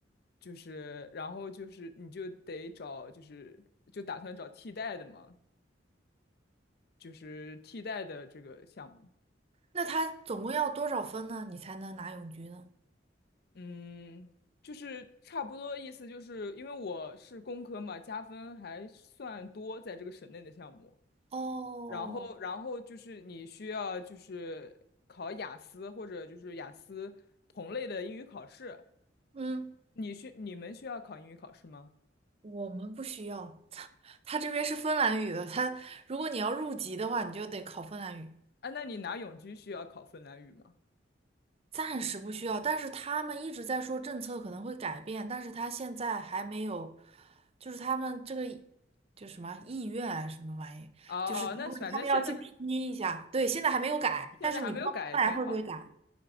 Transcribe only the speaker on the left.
就是然后就是你就得找就是就打算找替代的嘛，就是替代的这个项目，
嗯。就是差不多意思，就是因为我是工科嘛，加分还算多，在这个省内的项目，
然后，然后就是你需要就是考雅思或者就是雅思同类的英语考试。
你需你们需要考英语考试吗？
啊，那你拿永居需要考芬兰语吗？
哦哦，
那反正现在
现现在还没有改，
也挺好的。